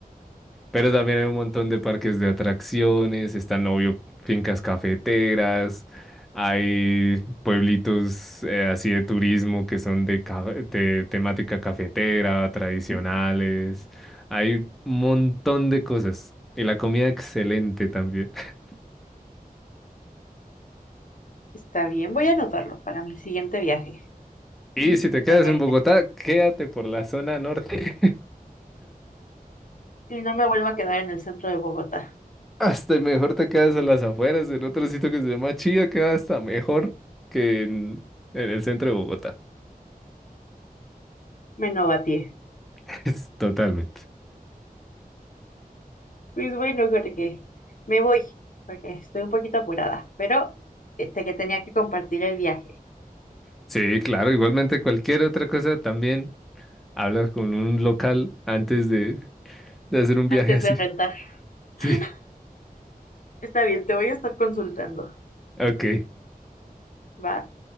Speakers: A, in the centre; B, on the left (about 60°).
A: Pero también hay un montón de parques de atracciones, están, obvio, fincas cafeteras, hay pueblitos eh, así de turismo que son de, ca- de temática cafetera, tradicionales. Hay un montón de cosas. Y la comida excelente también. <laughs>
B: Está bien, voy a anotarlo para mi siguiente viaje,
A: Y si te quedas
B: Pereira.
A: en Bogotá, quédate por la zona norte.
B: Si no me vuelvo a quedar en el centro de Bogotá,
A: Hasta mejor te quedas en las afueras, en otro sitio que se llama Chía, queda hasta mejor que en, en el centro de Bogotá.
B: me novateé.
A: <laughs> Es totalmente.
B: Pues bueno, Jorge, me voy, porque estoy un poquito apurada, pero este que tenía que compartir el viaje
A: Sí, claro, igualmente cualquier otra cosa también hablas con un local antes de, de hacer un
B: antes
A: viaje así.
B: de rentar.
A: <laughs>
B: <laughs>
A: Sí,
B: Está bien, te voy a estar consultando.
A: ok.
B: Va,